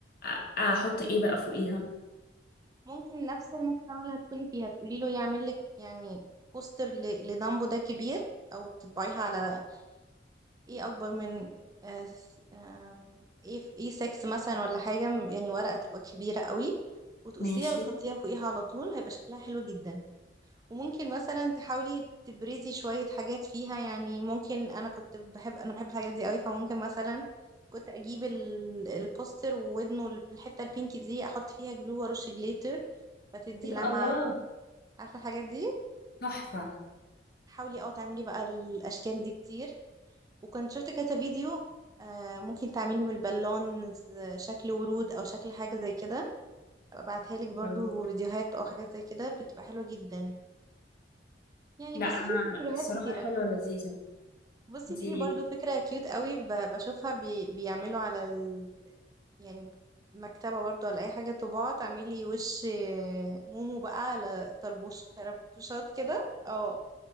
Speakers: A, on the left (about 55°); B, on the right (about 20°).
A: أ- أحط إيه بقى فوقيها
B: ممكن نفس المكتبه اللي هتكوني فيها تقولي له يعمل لك يعني بوستر ل- لدامبو ده كبير او تطبعيها على ايه اكبر من آه، س- آم، ايه ايه 6 مثلا ولا حاجه يعني ورقه تبقى كبيره قوي وتقصيها
A: ماشي
B: وتحطيها فوقيها على طول هيبقى شكلها حلو جدا وممكن مثلا تحاولي تبرزي شوية حاجات فيها يعني ممكن أنا كنت بحب أنا بحب الحاجات دي قوي فممكن مثلا كنت أجيب ال- البوستر وودنه ال- الحتة البينك دي أحط فيها جلو وأرش جليتر فتدي
A: كده
B: لمعة
A: الله
B: عارفة الحاجات دي
A: تحفة
B: حاولي اه تعملي بقى الأشكال دي كتير وكنت شفت كذا فيديو آه ممكن تعملي من البالون ز- شكل ورود أو شكل حاجة زي كده أبقى أبعتها لك برضو
A: أوي.
B: فيديوهات أو حاجات زي كده بتبقى حلوة جدا يعني
A: لا
B: بصي
A: أنا
B: في فيديوهات
A: الصراحة
B: كتير
A: حلوة لذيذة
B: بصي
A: انتي
B: في برضو فكرة كيوت قوي ب- بشوفها بي بيعملوا على ال... يعني مكتبة برضو ولا أي حاجة طباعة تعملي وش آه، مومو بقى على طربوش طربوشات كده اه